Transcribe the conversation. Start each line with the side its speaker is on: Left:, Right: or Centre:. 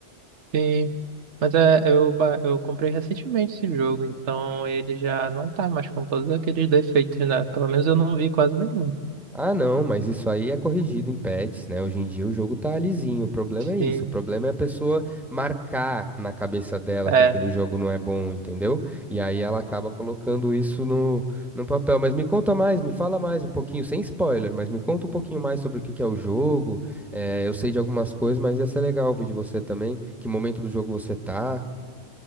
Right: Sim, mas é, eu, ba- eu comprei recentemente esse jogo, então ele já não tá mais com todos aqueles defeitos, né, pelo menos eu não vi quase nenhum.
Centre: Ah, não, mas isso aí é corrigido em patches, né? Hoje em dia o jogo tá lisinho. O problema
Right: Sim,
Centre: é isso. O problema é a pessoa marcar na cabeça dela
Right: é
Centre: que aquele jogo não é bom, entendeu? E aí ela acaba colocando isso no, no papel. Mas me conta mais, me fala mais um pouquinho, sem spoiler, mas me conta um pouquinho mais sobre o que que é o jogo. Eh, eu sei de algumas coisas, mas ia ser legal ouvir de você também. Que momento do jogo você tá?